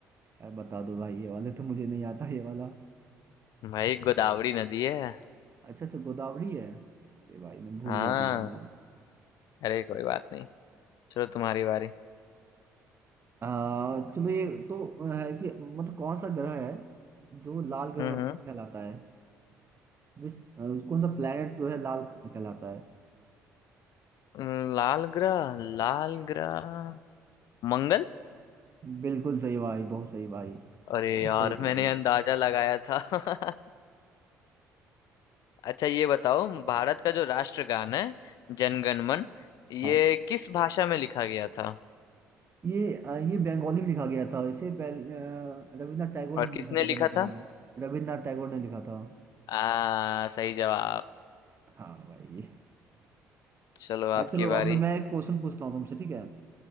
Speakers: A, on the right; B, on the left.
A: यार बता दो भाई ये वाले तो मुझे नहीं आता ये वाला
B: भाई गोदावरी नदी है
A: अच्छा अच्छा गोदावरी है अरे भाई मैं भूल
B: हाँ
A: गया था भाई
B: अरे कोई बात नहीं चलो तुम्हारी बारी
A: आ, चलो ये तो है कि मतलब कौन सा ग्रह है जो लाल ग्रह
B: हम्म
A: कहलाता है Which- अ, कौन सा प्लेनेट जो है लाल कहलाता है
B: हम्म लाल ग्रह लाल ग्रह मंगल
A: बिल्कुल सही भाई बहुत सही भाई
B: अरे
A: <clears throat>
B: यार
A: सही बोल
B: मैंने
A: रहे हो
B: अंदाजा लगाया था <laughs> अच्छा ये बताओ भारत का जो राष्ट्रगान है जनगण मन ये
A: हाँ
B: किस भाषा में लिखा गया था
A: ये अ, ये बंगाली में लिखा गया था इससे पहले अ, रविन्द्रनाथ टैगोर
B: और
A: ने लिखा
B: किसने
A: था
B: लिखा
A: जनगण
B: था
A: मन रविन्द्रनाथ टैगोर ने लिखा था
B: आ सही जवाब
A: हाँ भाई
B: चलो
A: अ,
B: आपकी
A: चलो
B: बारी
A: अब मैं एक क्वेश्चन पूछता हूँ तुमसे ठीक है